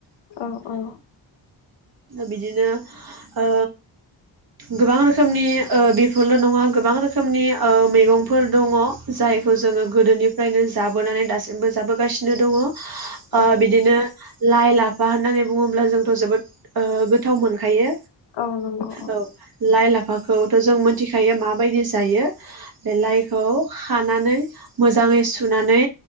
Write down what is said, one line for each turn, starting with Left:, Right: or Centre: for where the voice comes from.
Left: औ औ।
Right: बिदिनो ओ गोबां रोखोमनि ओ बेफोरल' नङा गोबां रोखोमनि ओ मैगंफोर दङ जायखौ जोङो गोदोनिफ्रायनो जाबोनानै दासिमबो जाबोगासिनो दङ। ओ
Left: औ
Right: बिदिनो लाइ लाफा। बा होननानै बुङोब्ला जोंथ' जोबोद। ओ। गोथाव मोनखायो
Left: औ नंगौ
Right: औ लाइ लाफा। लाफाखौथ' जों मिथिखायो माबायदि जायो बे लाइखौ। खौ खानानै मोजांयै। मोजाङै सुनानै